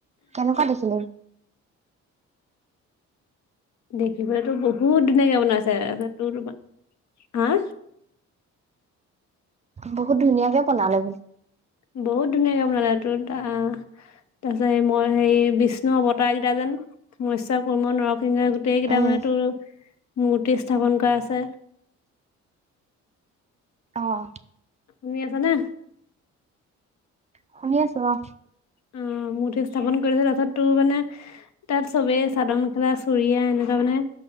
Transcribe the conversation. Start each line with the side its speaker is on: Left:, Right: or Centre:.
Right: কেনেকুৱা দেখিলি?
Left: দেখিবলেতো বহুত ধুনীয়াকে বনাইছে, তাৰপিছত তোৰ-তোমাৰ হা
Right: বহুত ধুনীয়াকে বনালে বো
Left: বহুত ধুনীয়াকে বনালে তোৰ-তা তাৰ পিছত মই হেৰি বিষ্ণু অৱতাৰ কেইটা যেন মস্য কুৰ্ম নৰ <unintelligible> গোটেইকিটা
Right: উম
Left: মানে তোৰ মূৰ্তি স্থাপন কৰা আছে।
Right: অ'।
Left: শুনি আছানে?
Right: শুনি আছো অ'।
Left: <unintelligible> মূৰ্তি স্থাপন <unintelligible> তাৰপিছত তোৰ মানে, তাত চবেই চাদৰ মেখেলা, চুুৰিয়া এনেকুৱা মানে